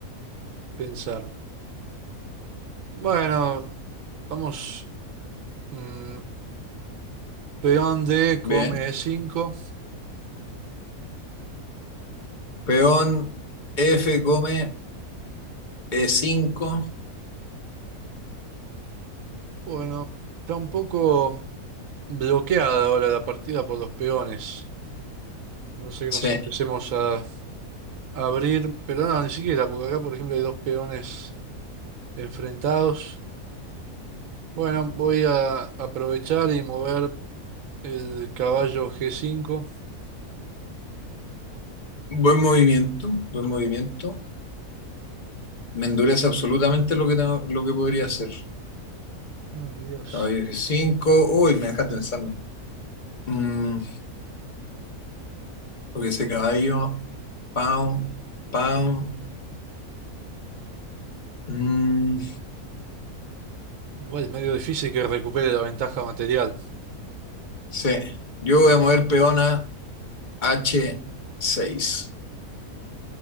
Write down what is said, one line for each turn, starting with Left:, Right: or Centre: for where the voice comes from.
Right: pensar. Bueno, vamos. mm, peón D
Left: Bien.
Right: come E5.
Left: Peón F come e cinco
Right: Bueno, está un poco bloqueada ahora la partida por los peones. A No sé que
Left: Sí.
Right: nos empecemos a, a abrir, pero no, ni siquiera, porque acá, por ejemplo, hay dos peones enfrentados. Bueno, voy a aprovechar y mover el caballo G5.
Left: Buen movimiento, buen movimiento. Me endurece absolutamente lo que, tengo- lo que podría hacer.
Right: Ay, Dios.
Left: Caballo f cinco Uy, me dejaste pensando. Mm, porque ese caballo. pound pound Mm,
Right: Igual es medio difícil que recupere la ventaja material.
Left: sí. Yo voy a mover peón a h seis